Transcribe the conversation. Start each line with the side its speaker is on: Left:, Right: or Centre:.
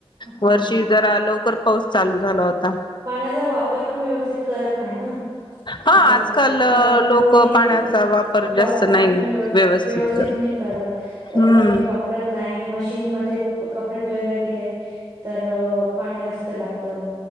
Right: हा.
Left: वर्षी जरा लवकर पाऊस चालू झाला होता.
Right: पाण्याचा वापर पण व्यवस्थित करत नाही ना
Left: हा
Right: असं
Left: आजकाल
Right: अ
Left: लोक
Right: कोणी
Left: पाण्याचा
Right: वापर
Left: जास्त नाही
Right: पण व्यव व्यवस्थित
Left: करत
Right: निट
Left: हम्म
Right: कमी वापरत नाही मशीन मध्ये कपडे धुवायला गेले. तर पाणी जास्त लागतं.